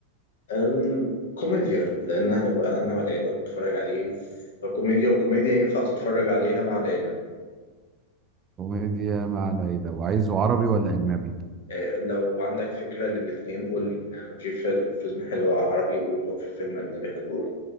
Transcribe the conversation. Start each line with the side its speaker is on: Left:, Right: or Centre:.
Left: أم، كوميديا لأن هنبقى أنا والعيلة بنتفرج عليه فكوميديا وكوميديا ينفع تتفرج عليها مع العيلة
Right: كوميديا مع العيله وعايزه عربي ولا اجنبي
Left: آه، لو عندك فكرة للاتنين قول آه، في فيلم فيلم حلو عربي قول لو في فيلم أجنبي حلو قول